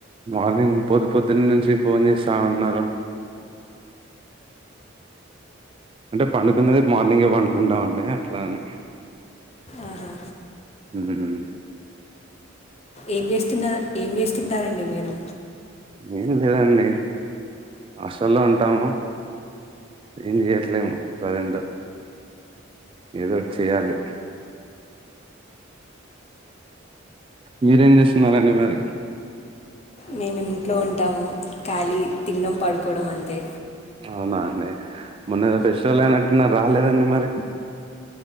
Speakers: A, on the right; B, on the left.
A: మార్నింగ్ పొద్దు పొద్దున్న నుంచి ఫోన్ చేస్తా ఉన్నారు అంటే పండుకున్నది మార్నింగే పండుకుంటామండి అట్లాని
B: ఆహా
A: హ్మ్మ్
B: ఏం చేస్తున్నారు ఏం చేస్తుంటారండి మీరు
A: ఏం లేదండి హాస్టల్లో ఉంటాము ఏం చేయట్లేము ప్రజెంట్. ఏదోటి చెయాలి మీరేం చేస్తున్నారు అండి మరి
B: నేనుం ఇంట్లో ఉంటాము ఖాళీ తినడం పడుకోవడం అంతే
A: అవునా అండి మొన్న ఏదో ఫెస్టివల్ అయినట్టున్నారు రాలేదండి మరి